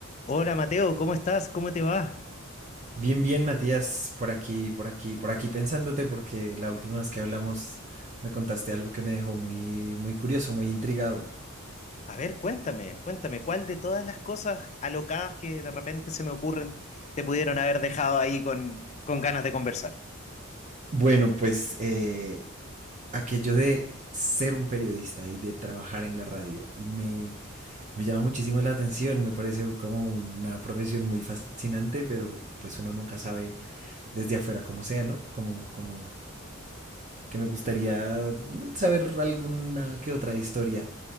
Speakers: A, on the left (about 35°); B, on the right (about 35°).
A: Hola Mateo, ¿cómo estás? ¿Cómo te va?
B: Bien, bien, Matías, por aquí, por aquí, por aquí pensándote, porque la última vez que hablamos me contaste algo que me dejó muy, muy curioso, muy intrigado.
A: A ver, cuéntame, cuéntame, ¿cuál de todas las cosas alocadas que de repente se me ocurren te pudieron haber dejado ahí con, con ganas de conversar?
B: Bueno, pues eh, aquello de ser un periodista y de trabajar en la radio me, me llama muchísimo la atención, me parece como una profesión muy fascinante, pero pues uno nunca sabe desde afuera cómo sea, ¿no? Como, como que me gustaría saber alguna que otra historia